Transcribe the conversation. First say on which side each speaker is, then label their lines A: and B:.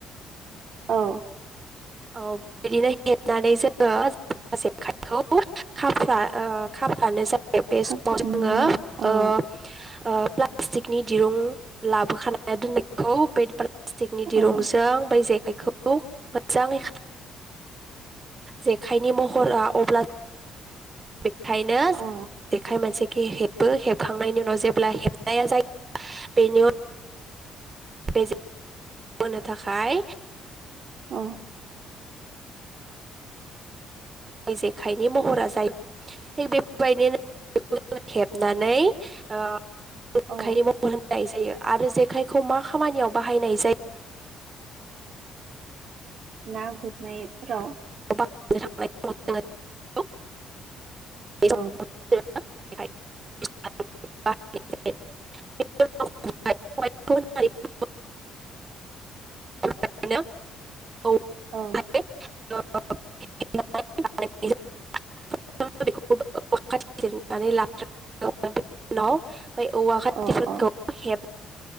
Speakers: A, on the right; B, on the right.
A: औ
B: औ बिदिनो हेबनानै जोङो जेखाइखौ खा ओ खाफ्रानो <unintelligible>
A: खाफ्रानानै औ
B: प्लाटिकनि दिरुं लाबोखाना दोननायखौ बे प्लास्टिकनि दिरुंजों
A: औ
B: बै जेखाय खौ मोजाङै जेखाइनि महरा अब्ला बेखायनो
A: औ
B: जेखाइ मोनसेखो हेबो हेबखांनायनि उनाव जेब्ला हेबनाया जायो बेनि उनाव बे होनो थाखाय
A: औ
B: जेखाइनि महरा जायो थिग बेफोरबायदिनो नानै ओ जेखायनि
A: औ
B: महर होनाय जायो। जायो आरो जेखायखौ मा खामानियाव बाहायनाय जायो?
A: ना गुरनाय फोर राव
B: <unintelligible> थांनाय
A: औ
B: <unintelligible> <unintelligible>
A: औ
B: <unintelligible> औवा खान्थिफोरखौ
A: औ औ
B: हेब